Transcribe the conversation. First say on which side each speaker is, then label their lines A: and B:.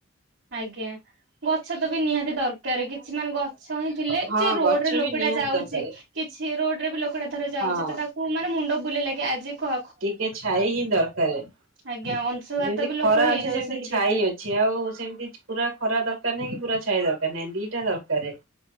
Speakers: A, on the right; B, on the right.
A: ଆଜ୍ଞା ଗଛ ତ ବି ନିହାତି ଦରକାର କିଛି ମାନେ ଗଛ ହିଁ ଥିଲେ
B: ହଁ
A: ରୋଡ
B: ଗଛ
A: ରେ ଲୋକଟା
B: ବି ନିହାତି
A: ଯାଉଛି
B: ଦରକାର
A: କିଛି ରୋଡରେ ବି ଲୋକଟା ଧର ଯାଉଛି
B: ହଁ
A: ତ ତାକୁ ମାନେ ମୁଣ୍ଡ ବୁଲ ଲାଗେ ଆଜି କ
B: ଟିକେ ଛାଇ ହିଁ ଦରକାର
A: ଆଜ୍ଞା
B: ଯେମିତି
A: ଅଂଶୁଘାତ ବି ଲୋକ
B: ଖରା
A: ହେଇଯାଉଛନ୍ତି
B: ଅଛି ସେମିତି ଛାଇ
A: କେତେ
B: ଅଛି। ଛିଆ ଆଉ ସେମିତି ପୁରା ଖରା ଦରକାର ନାହିଁ କି ପୁରା ଛାଇ ଦରକାର ନାହିଁ ଦିଟା ଦରକାର।